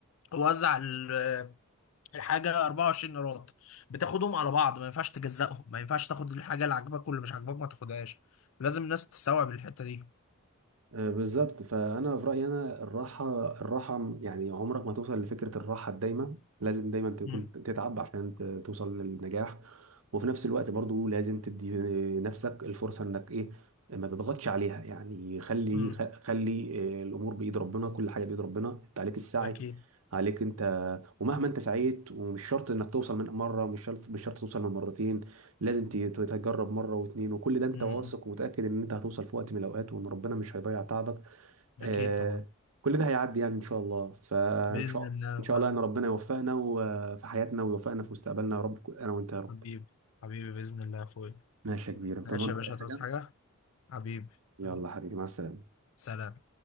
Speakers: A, on the left (about 65°); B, on the right (about 75°).
A: هو وزع ال- الحاجه 24 قيراط بتاخدهم على بعض ما ينفعش تجزأهم ما ينفعش تاخد الحاجه اللي عاجباك واللي مش عاجباك ما تاخدهاش لازم الناس تستوعب الحته دي
B: آه، بالظبط فانا في رايي انا الراحه الراحه م- يعني عمرك ما توصل لفكره الراحه الدايمه لازم دايما تكون
A: مم.
B: تتعب عشان ت- توصل للنجاح وفي نفس الوقت برضو لازم تدي نفسك الفرصه انك ايه ما تضغطش عليها يعني خلي
A: مم.
B: خ- خلي آه، الامور بايد ربنا كل حاجه بايد ربنا انت عليك السعي
A: اكيد
B: عليك انت ومهما انت سعيت ومش شرط انك توصل من مره مش شرط مش شرط توصل من مرتين لازم ت- تجرب مره واتنين وكل ده انت
A: مم.
B: واثق ومتاكد ان انت هتوصل في وقت من الاوقات وان ربنا مش هيضيع تعبك آه
A: اكيد طبعا
B: كل ده هيعدي يعني ان شاء الله فان
A: باذن
B: شاء
A: الله
B: ان شاء
A: فعلا
B: الله يعني ربنا يوفقنا و- في حياتنا ويوفقنا في مستقبلنا يا رب انا وانت يا رب
A: حبيبي حبيبي باذن الله يا اخويا
B: ماشي يا كبير انت
A: ماشي
B: تؤمرني
A: يا
B: باي
A: باشا
B: حاجه
A: هتعوز حاجه حبيبي
B: يلا
A: حبيبي
B: حبيبي مع السلامه
A: سلام